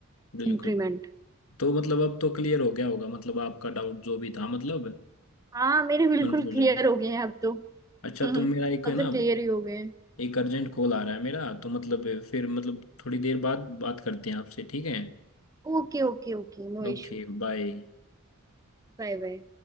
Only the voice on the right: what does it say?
इंक्रीमेंट
हाँ मेरे बिल्कुल
क्लियर हो गए हैं अब तो <laughs>
अब
तो क्लियर ही हो गए हैं
Okay okay okay no
issue
Bye bye